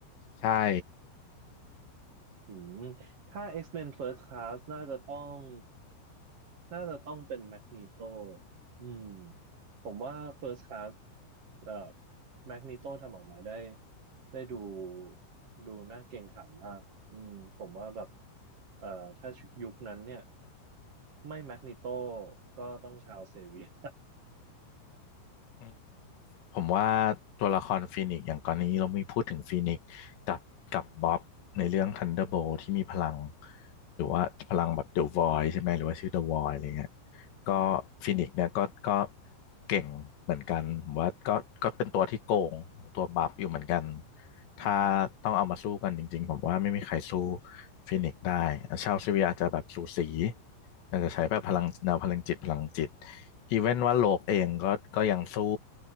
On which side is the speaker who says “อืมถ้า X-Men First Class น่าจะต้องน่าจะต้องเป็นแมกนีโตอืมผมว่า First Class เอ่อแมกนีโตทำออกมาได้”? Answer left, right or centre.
Right